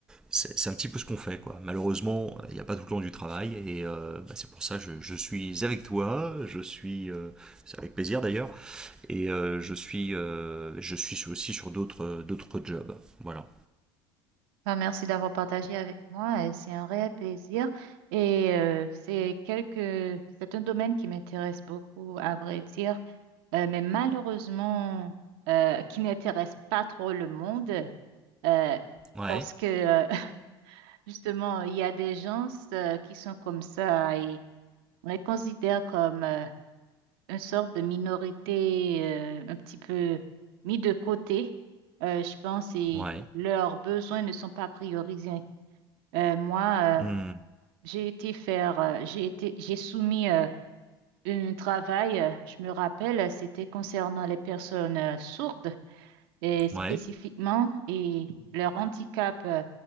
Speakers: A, in the centre; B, on the right (about 65°).
A: c'est c'est un petit peu ce qu'on fait quoi. Malheureusement, il n'y a pas tout le temps du travail et euh, bah, c'est pour ça je, je suis avec toi, je suis euh, c'est avec plaisir d'ailleurs et euh, je suis euh, je suis aussi sur d'autres d'autres jobs. Voilà.
B: Ah, merci d'avoir partagé avec moi. et C'est un réel plaisir. Et euh, c'est quelque... c'est un domaine qui m'intéresse beaucoup, à vrai dire, euh, mais malheureusement, euh, qui n'intéresse pas trop le monde. euh,
A: Ouais,
B: parce que, euh, <laughs> justement, il y a des gens euh, qui sont comme ça et on les considère comme... euh, une sorte de minorité euh, un petit peu mis de côté, euh, je pense, et
A: ouais,
B: leurs besoins ne sont pas priorisés. Euh, moi,
A: Hmm,
B: euh, j'ai été faire, euh, j'ai été, j'ai soumis euh, un travail, euh, je me rappelle, c'était concernant les personnes euh, sourdes et spécifiquement
A: ouais.
B: et leur handicap, euh,